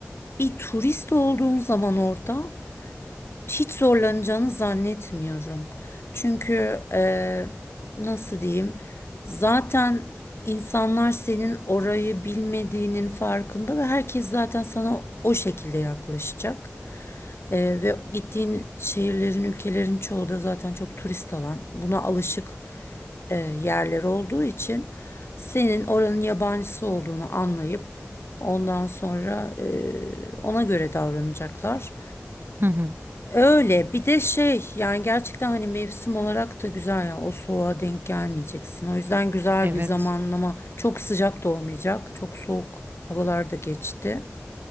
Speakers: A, on the left; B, on the right.
A: bir turist olduğun zaman orada hiç zorlanacağını zannetmiyorum. Çünkü e, nasıl diyeyim zaten insanlar senin orayı bilmediğinin farkında ve herkes zaten sana o şekilde yaklaşacak. E, ve gittiğin şehirlerin, ülkelerin çoğu da zaten çok turist alan, buna alışık. e, yerler olduğu için senin oranın yabancısı olduğunu anlayıp ondan sonra e, ona göre davranacaklar.
B: Hı hı,
A: Öyle bir de şey yani gerçekten hani mevsim olarak da güzel ya o soğuğa denk gelmeyeceksin. O yüzden güzel
B: Evet.
A: bir zamanlama çok sıcak da olmayacak çok soğuk havalar da geçti.